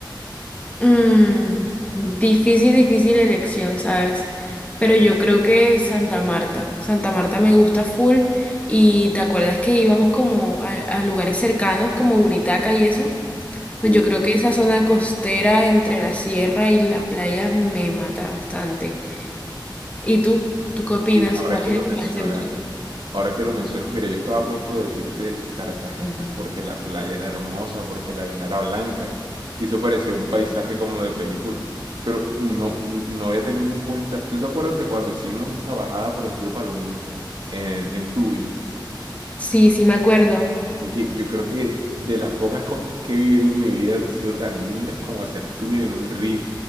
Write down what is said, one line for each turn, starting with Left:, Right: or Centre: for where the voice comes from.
Left: Mm, difícil, difícil elección, ¿sabes? Pero yo creo que Santa Marta. Santa Marta me gusta full. Y te acuerdas que íbamos como a, a lugares cercanos, como Buritaca y eso. Pues
Right: Uf,
Left: yo creo que esa zona costera entre la sierra y la playa me mata bastante. ¿Y tú? ¿Tú qué opinas?
Right: oye, ahora
Left: ¿Cuál
Right: que
Left: es
Right: lo
Left: el
Right: mencionas,
Left: que más te gustó?
Right: Ahora que lo mencionas, mira, yo estaba a punto de decirte que Cartagena, porque la playa era hermosa, porque la arena era blanca, y eso parecía un paisaje como de película, pero no, no había tenido en cuenta. ¿Tú te acuerdas de cuando hicimos esa bajada por el río Palomino en, en Tubing?
Left: Sí, sí me acuerdo.
Right: Oye, yo creo que de las pocas cosas que he vivido en mi vida han sido tan lindas como hacer tubing en un río.